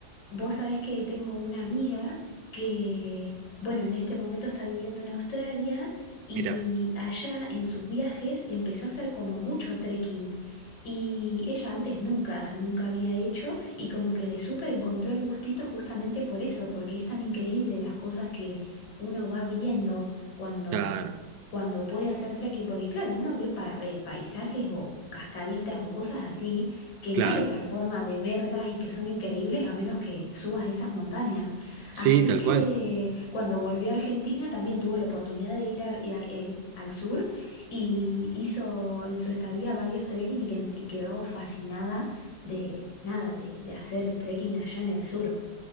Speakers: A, on the left; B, on the right.
A: Vos sabés que tengo una amiga que, bueno, en este momento está viviendo en Australia y
B: Mira,
A: allá en sus viajes empezó a hacer como mucho trekking. Y ella antes nunca, nunca había hecho y como que le súper encontró el gustito justamente por eso, porque es tan increíble las cosas que uno va viendo cuando,
B: claro,
A: cuando puede hacer trekking, porque claro, uno ve, pa- ve paisajes o cascaditas o cosas así que
B: claro.
A: no hay otra forma de verlas y que son increíbles a menos que subas esas montañas.
B: Sí,
A: Así
B: tal
A: que
B: cual.
A: cuando volvió a Argentina también tuvo la oportunidad de ir al a- eh, al sur y hizo en su estadía varios trekking y, que- y quedó fascinada de nada, de, de hacer trekking allá en el sur.